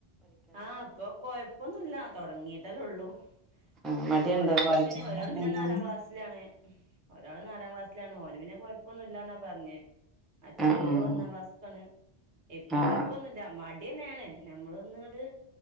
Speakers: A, on the right (about 80°); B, in the centre.
A: ആഹ് പ്പ കൊയ പ്പൊന്നുല്ല തൊടങ്ങീട്ടല്ലൊള്ളൂ
B: ആ, മടിയുണ്ടോ
A: പ്പൊ ഒരാൾത്
B: വായിക്കാന്
A: പിന്നെ ഒരാള് പിന്നെ
B: എഴുതാന്
A: നാലാം ക്ലാസ് ലാണ് ഒരാള് നാലാം ക്ലാസ്സിലാണ് ഓന് പിന്നെ കൊഴപ്പൊന്നുല്ലന്നാപർഞ്ഞെ മറ്റേത്
B: ആഹ് ആഹ്
A: ഒന്നാം ക്ലാസ്ക്കാണ് ഇപ്പം
B: ആഹ്
A: കൊഴ്പ്പൊന്നു ല്ല മട്യെന്നേണ് ഞമ്മളൊന്ന് ഇങ്ങട്ട്